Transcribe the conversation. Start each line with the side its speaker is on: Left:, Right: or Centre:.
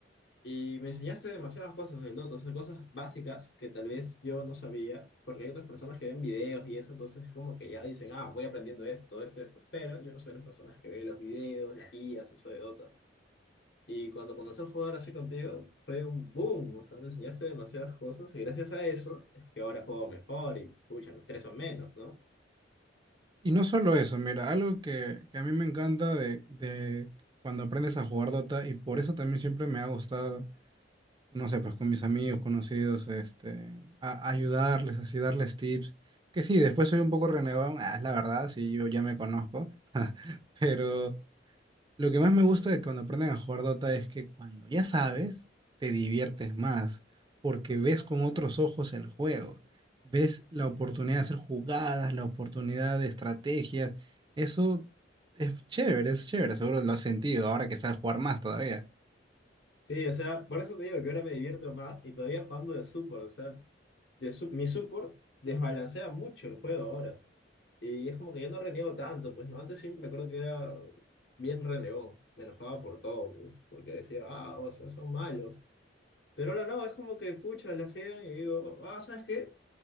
Left: y me enseñaste demasiadas cosas del Dota, o sea, cosas básicas que tal vez yo no sabía, porque hay otras personas que ven videos y eso, entonces como que ya dicen, ah, voy aprendiendo esto, esto, esto, pero yo no soy de las personas que ven los videos, las guías, eso de Dota. Y cuando comenzó a jugar así contigo, fue un boom. O sea, me enseñaste demasiadas cosas y gracias a eso es que ahora juego mejor y, pucha, me estreso menos, ¿no?
Right: Y no solo eso, mira, algo que, que a mí me encanta de, de cuando aprendes a jugar Dota, y por eso también siempre me ha gustado, no sé, pues con mis amigos, conocidos, este, a- ayudarles, así darles tips. Que sí, después soy un poco renegón, ah, es la verdad, sí, yo ya me conozco, <laughs> pero... Lo que más me gusta de cuando aprenden a jugar Dota es que cuando ya sabes, te diviertes más, porque ves con otros ojos el juego, ves la oportunidad de hacer jugadas, la oportunidad de estrategias. Eso es chévere, es chévere, seguro lo has sentido ahora que sabes jugar más todavía.
Left: Sí, o sea, por eso te digo que ahora me divierto más y todavía jugando de support, o sea, de su- mi support desbalancea mucho el juego ahora. Y es como que ya no reniego tanto, pues no, antes sí me acuerdo que era bien renegón, me enojaba por todo, pues, porque decía, ah, o sea, son malos. Pero ahora no, es como que pucha, la friegan y digo, ah, ¿sabes qué?